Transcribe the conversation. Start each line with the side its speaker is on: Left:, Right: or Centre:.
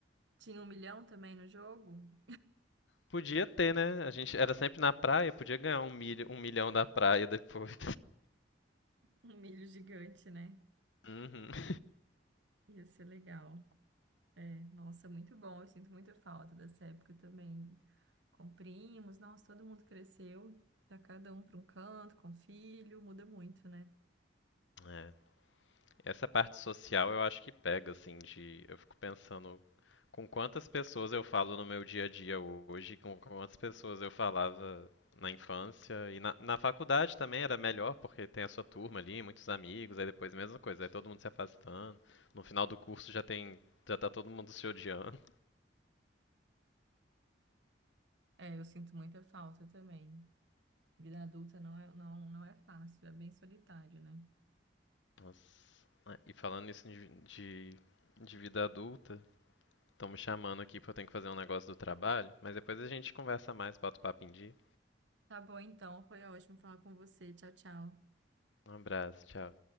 Right: Tinha um milhão também no jogo?
Left: Podia ter, né? A gente era sempre na praia, podia ganhar um, milho, um milhão da praia depois. <laughs>
Right: Um milho gigante, né?
Left: Uhum. <laughs>
Right: Ia ser legal. É, nossa, muito bom. Eu sinto muita falta dessa época também. Com primos, nossa, todo mundo cresceu. Tá cada um para um canto, com filho, muda muito, né?
Left: É, Essa parte social eu acho que pega, assim, de. Eu fico pensando com quantas pessoas eu falo no meu dia a dia hoje, com quantas pessoas eu falava na infância. E na, na faculdade também era melhor, porque tem a sua turma ali, muitos amigos, aí depois a mesma coisa, aí todo mundo se afastando. No final do curso já tem. Já tá todo mundo se odiando.
Right: É, eu sinto muita falta também. Vida adulta não é, não, não é fácil, é bem solitário, né?
Left: Nossa. Ah, E falando isso de, de, de vida adulta, estão me chamando aqui porque eu tenho que fazer um negócio do trabalho, mas depois a gente conversa mais, bota o papo em dia.
Right: Tá bom, então, foi ótimo falar com você. Tchau, tchau.
Left: Um abraço, tchau.